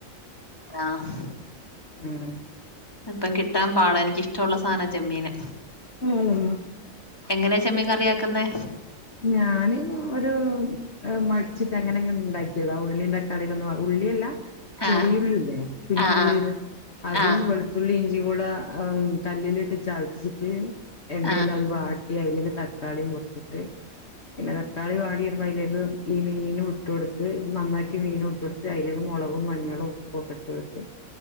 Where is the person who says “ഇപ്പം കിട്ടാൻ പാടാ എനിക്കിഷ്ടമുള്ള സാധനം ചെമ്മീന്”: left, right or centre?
Left